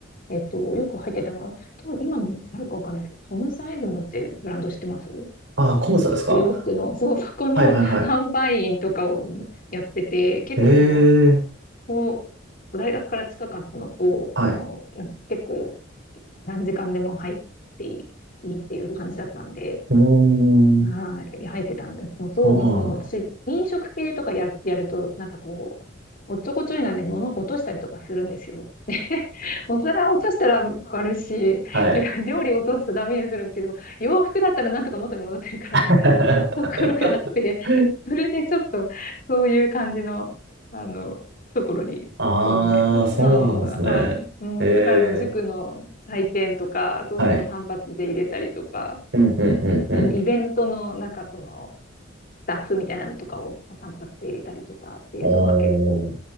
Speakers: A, on the left; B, on the right.
A: えっと、よく入ってたのは、と今もあるかわかんないですけど、コムサイズムってブランド知ってます
B: ああ、コムサですか
A: お洋服の、そう、そこの販売員とかをやってて、
B: はいはいは
A: 結構その、
B: い。へえ。
A: こう、大学から近かったのと、
B: はい。
A: その、な結構、何時間でも入っていいっていう感じだったんで、
B: うーん。
A: はい、入ってたんですのと、
B: そうなんだ。
A: まあ、その、私、飲食系とかやる、やると、なんかこう、おっちょこちょいなんで物落としたりとかするんですよ。<laughs> でお皿落としたら割るし、
B: <laughs> はい。
A: <laughs> 料理落とすとダメにするけど、洋服だったらなんとか元に戻ってるからみたいな
B: <laughs>
A: <laughs> ところがあって、それでちょっとそういう感じの、あの、ところに、
B: ああ、
A: そうですね。つまあまあまあ、
B: そうなんですね。
A: はい。うん、
B: ええ、
A: とか、あの、塾の採点とか、そういうのを単発で入れたりとか、
B: はい。うん、うん、うん、
A: あの、
B: うん。
A: イベントの、なんかその、スタッフみたいなのとかを単発で入れたりとかっていうのは結構、
B: おー。